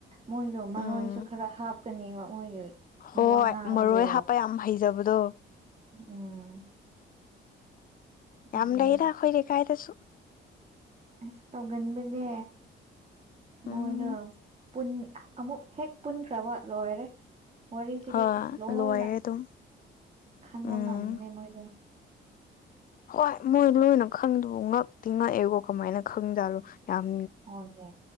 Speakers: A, on the right; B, on the left.
A: ꯃꯣꯏꯗꯣ ꯃꯔꯣꯏꯁꯨ
B: ꯎꯝ
A: ꯈꯔ ꯍꯥꯞꯀꯅꯦꯕ ꯃꯣꯏꯒꯤ
B: ꯍꯣꯏ
A: ꯃꯤ ꯋꯥ ꯉꯥꯡꯕꯗꯣ
B: ꯃꯔꯣꯏ ꯍꯥꯞꯄ ꯌꯥꯝ ꯍꯩꯖꯕꯗꯣ꯫
A: ꯎꯝ꯫
B: ꯌꯥꯝ
A: ꯑꯗꯨꯅꯦ
B: ꯂꯩꯗ ꯑꯈꯣꯏ ꯂꯩꯀꯥꯏꯗꯁꯨ꯫
A: ꯑꯁ ꯇꯧꯒꯟꯕꯅꯦ꯫ ꯃꯣꯏꯗꫭ
B: ꯎꯝ
A: ꯄꯨꯟ ꯑꯃꯨꯛ ꯍꯦꯛ ꯄꯨꯟꯈ꯭ꯔꯕ ꯂꯣꯏꯔꯦ꯫ ꯋꯥꯔꯤꯁꯤꯗꯤ
B: ꯍꯣꯏ
A: ꯂꯣꯏꯅ
B: ꯂꯣꯏꯔꯦ ꯑꯗꯨꯝ
A: ꯈꯪꯕ
B: ꯎꯝ
A: ꯉꯝꯕꯅꯤ ꯃꯣꯏꯗꯣ꯫
B: ꯍꯣꯏ ꯃꯣꯏ ꯂꯣꯏꯅ ꯈꯪꯗꯕ ꯉꯛꯇꯤ ꯉꯛꯑꯦꯀꯣ ꯀꯃꯥꯏꯅ ꯈꯪꯖꯥꯠꯂꯣ꯫ ꯌꯥꯝ
A: ꯍꯣꯏꯅꯦ